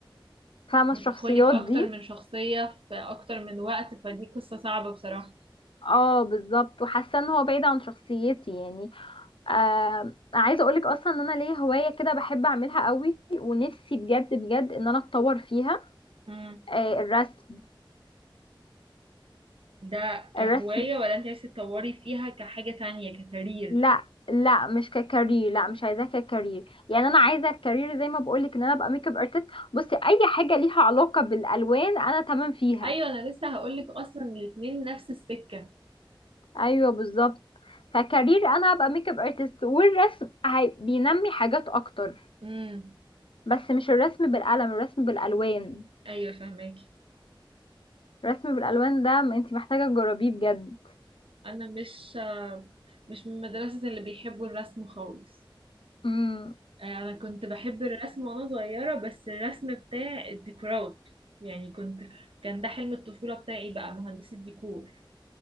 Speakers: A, on the left (about 75°); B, on the right (about 85°).
A: فاهمة
B: بتدخلي
A: الشخصيات
B: في اكتر
A: دي
B: من شخصية في اكتر من وقت فدي قصة صعبة بصراحة
A: اه بالظبط وحاسة ان هو بعيد عن شخصيتي يعني آه عايزة اقولك اصلا ان انا ليا هواية كده بحب اعملها قوي ونفسي بجد بجد ان انا اتطور فيها
B: امم
A: آه الرسم
B: ده كهواية
A: الرسم
B: ولا انت عايزة تطوري فيها كحاجة تانية ككارير
A: لا لا مش ككارير لا مش عايزاه ككارير يعني انا عايزه الكارير زي ما بقولك ان انا ابقى ميك اب ارتست بصي اي حاجه ليها علاقه بالالوان انا تمام فيها
B: ايوه انا لسه هقولك اصلا الاتنين نفس السكة
A: ايوه بالظبط فكارير انا ابقى ميك اب ارتست والرسم هي- بينمي حاجات اكتر
B: امم
A: بس مش الرسم بالقلم الرسم بالالوان
B: ايوه فهماكي
A: الرسم بالالوان ده انت محتاجه تجربيه بجد
B: انا مش مش من مدرسة اللي بيحبوا الرسم خالص
A: امم
B: آه، انا كنت بحب الرسم وانا صغيرة بس الرسم بتاع الديكورات يعني كنت كان ده حلم الطفولة بتاعي بقى مهندسة ديكور